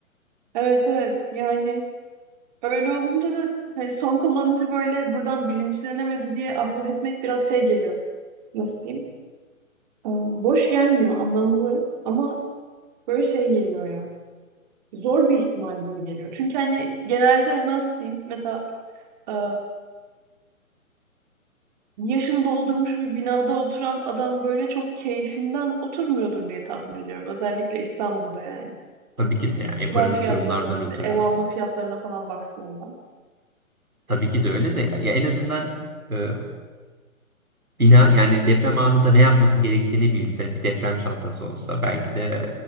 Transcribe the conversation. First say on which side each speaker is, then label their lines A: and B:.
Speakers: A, on the right (about 30°); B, on the right (about 85°).
A: evet evet yani öyle olunca da hani son kullanıcı böyle buradan bilinçlenemedi diye ahlak etmek biraz şey geliyor. Nasıl diyeyim? E, boş gelmiyor anlamlı ama böyle şey geliyor ya. Zor bir ihtimal gibi geliyor. Çünkü hani genelde nasıl diyeyim mesela eee, yaşını doldurmuş bir binada oturan adam böyle çok keyfinden oturmuyordur diye tahmin ediyorum. Özellikle İstanbul'da yani.
B: <laughs> Tabii ki de yani ekonomik
A: Kira fiyatlarına
B: durumlardan
A: işte
B: ötürü.
A: ev alma fiyatlarına falan baktığımda.
B: Tabii ki de öyle de ya en azından e, Bina yani deprem anında ne yapması gerektiğini bilse bir deprem çantası olsa belki de